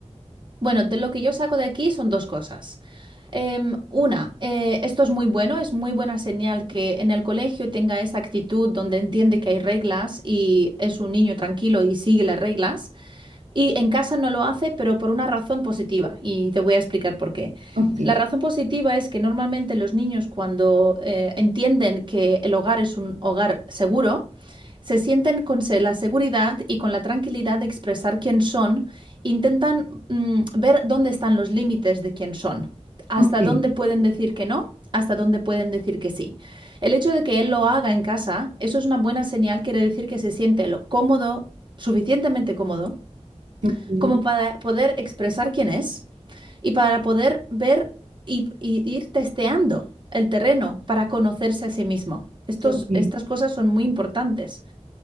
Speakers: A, on the right; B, on the right.
A: Bueno, de lo que yo saco de aquí son dos cosas. Em, una, eh, esto es muy bueno, es muy buena señal que en el colegio tenga esa actitud donde entiende que hay reglas y es un niño tranquilo y sigue las reglas. Y en casa no lo hace, pero por una razón positiva, y te voy a explicar por qué.
B: Ok,
A: La razón positiva es que normalmente los niños cuando eh, entienden que el hogar es un hogar seguro, se sienten con se- la seguridad y con la tranquilidad de expresar quién son, intentan mm, ver dónde están los límites de quién son, hasta
B: ok,
A: dónde pueden decir que no, hasta dónde pueden decir que sí. El hecho de que él lo haga en casa, eso es una buena señal, quiere decir que se siente lo cómodo, suficientemente cómodo
B: ok,
A: como para poder expresar quién es y para poder ver y, y ir testeando el terreno para conocerse a sí mismo. Estos,
B: ok,
A: estas cosas son muy importantes.